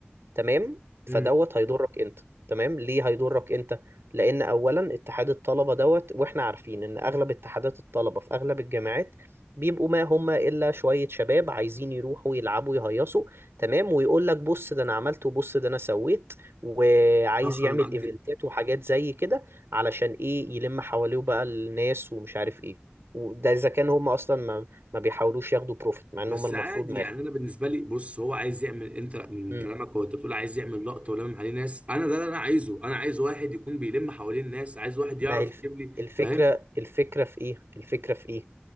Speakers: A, on the right (about 80°); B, on the right (about 35°).
A: تمام
B: امم
A: فدوت هيضرك انت تمام ليه هيضرك انت لان اولا اتحاد الطلبه دوت واحنا عارفين ان اغلب اتحادات الطلبه في اغلب الجامعات بيبقوا ما هم الا شويه شباب عايزين يروحوا يلعبوا يهيصوا تمام ويقول لك بص ده انا عملت وبص ده انا سويت وعايز
B: صح
A: يعمل
B: انا معاك
A: ايفنتات
B: جدا
A: وحاجات زي كده علشان ايه يلم حواليه بقى الناس ومش عارف ايه وده اذا كان هم اصلا ما, ما بيحاولوش ياخدوا بروفيت مع ان
B: بس
A: هم المفروض
B: عادي
A: ما
B: يعني انا بالنسبه لي بص هو عايز يعمل انت من
A: ياخدوا
B: كلامك هو انت بتقول عايز يعمل لقطه ولمم عليه ناس انا ده اللي انا عايزه انا عايز واحد يكون بيلم حوالين الناس عايز واحد
A: ما
B: يعرف
A: هي الف...
B: يجيب لي
A: الفكرة
B: فاهم
A: الفكرة في ايه الفكرة في ايه